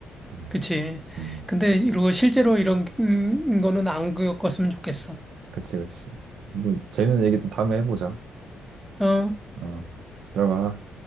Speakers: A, on the right; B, in the centre.
A: 음.
B: 그치.
A: 음.
B: 근데 이거 실제로 이런 음, 거는 안 겪었으면 좋겠어.
A: 그치, 그치. 또 재밌는 얘기 또 다음에 해보자.
B: 어,
A: 어. 들어가.